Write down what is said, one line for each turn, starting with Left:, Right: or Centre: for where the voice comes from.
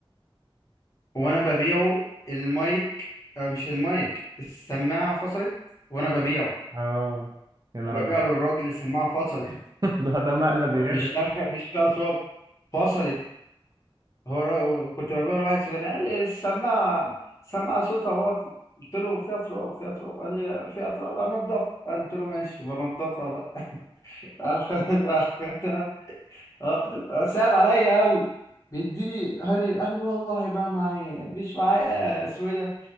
Left: وانا ببيعه المايك آه مش المايك السماعه فصلت وانا ببيعه
Right: اه يا نهار
Left: ببيعه
Right: ابيض
Left: للراجل السماعه فصلت
Right: <laughs> ده ده مقلب
Left: ف-
Right: يعب
Left: مش
Right: يعمل
Left: نافع- مش فيها تراب فصلت هو الر- كنت ببيعه لواحد سوداني قال لي السماعه السماعه صوتها واطي قلت له فيها تراب فيها تراب قال لي فيها تراب انضفها قلت له ماشي بنضفها بقى <laughs> أخدت اه آه، صعب عليا قوي بيديني قال لي قال لي والله بقى معايا مش معايا اسمه ايه ده